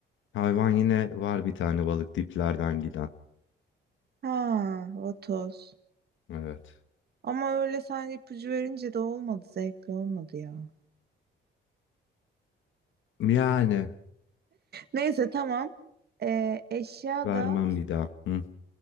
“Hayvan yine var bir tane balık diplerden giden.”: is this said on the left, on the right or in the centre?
Left